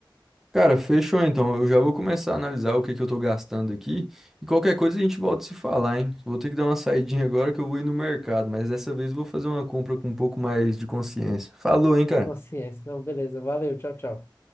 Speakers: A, in the centre; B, on the left.
A: Cara, fechou então. Eu já vou começar a analisar o que que eu tô gastando aqui. E qualquer coisa a gente volta a se falar, hein? Vou ter que dar uma saidinha agora que eu vou ir no mercado, mas dessa vez eu vou fazer uma compra com um pouco mais de consciência. Falou, hein,
B: De
A: cara?
B: consciência. Não, beleza. Valeu. Tchau, tchau.